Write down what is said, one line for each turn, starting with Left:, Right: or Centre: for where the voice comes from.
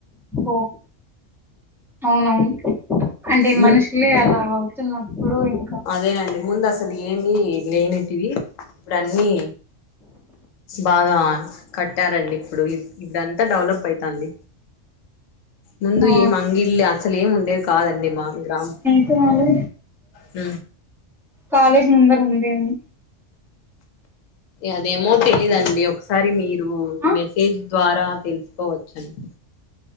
Centre: ఓ అవునవును అంటే
Left: ము
Centre: మనుషులే అలా అవుతున్నప్పుడు ఇంకా
Left: అదేనండి ముందు అసలు ఏమి లేనిటివి ఇప్పుడు అన్నీ బాగా కట్టారండి ఇప్పుడు ఇప్పుడంతా డెవలప్ అయితాంది ముందు
Centre: ఆ
Left: ఏం అంగిల్లే అసలు ఏమి ఉండేది కాదండి మా గ్రామ్
Centre: ఎమండి
Left: ఉ
Centre: కాలేజ్ ముందర ఉందేమో
Left: అదేమో తెలీదండి ఒకసారి మీరు
Centre: ఆ
Left: మెసేజ్ ద్వారా తెలుసుకోవచ్చా అండి